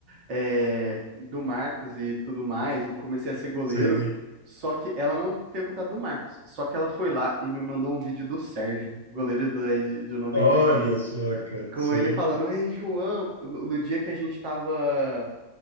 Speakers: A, on the right; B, on the right.
A: é, do Marcos e tudo mais, eu comecei a ser goleiro,
B: Sim,
A: só que ela não tem o contato do Marcos, só que ela foi lá e me mandou um vídeo do Sérgio, goleiro do, de, de noventa
B: olha
A: e três
B: só, cara,
A: com
B: sim.
A: ele falando, Ei, João, no, no dia que a gente tava